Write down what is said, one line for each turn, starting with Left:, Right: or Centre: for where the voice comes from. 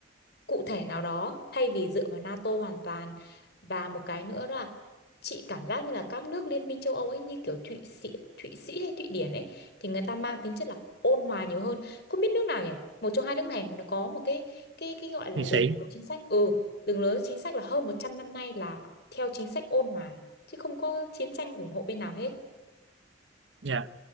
Left: cụ thể nào đó thay vì dựa vào NATO hoàn toàn và một cái nữa đó là chị cảm giác như là các nước liên minh châu Âu ấy như kiểu Thụy Sĩ, Thụy Sĩ hay Thụy Điển ấy thì người ta mang tính chất là ôn hòa nhiều hơn không biết nước nào nhỉ một trong hai nước này nó có một cái cái cái gọi là
Right: thì
Left: đường
Right: sĩ
Left: lối chính sách ừ đường lối chính sách là hơn 100 năm nay là theo chính sách ôn hòa chứ không có chiến tranh ủng hộ bên nào hết
Right: Dạ. Yeah.